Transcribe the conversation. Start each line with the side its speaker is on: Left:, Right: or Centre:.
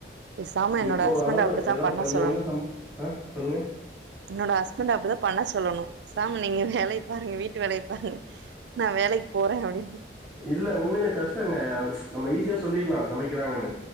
Right: பேசாம என்னோட
Centre: இப்போ
Right: ஹஸ்பண்ட்
Centre: ஓரளவு
Right: அப்டித்தா
Centre: ஏதோ
Right: பண்ண
Centre: கொஞ்சோ
Right: சொல்லணு
Centre: கொஞ்சோ சம் ஆ சொல்லுங்க
Right: என்னோட ஹஸ்பண்ட் அப்டிதா பண்ண சொல்லணு பேசாம நீங்க வேலை பாருங்க வீட்டு வேலை பாருங்க நா வேலைக்கு போறே அப்டின்னு
Centre: இல்ல உண்மைலே கஷ்டங்க நம்ம ஈஸியா சொல்லிடுலா சமைக்கிறாங்கன்னு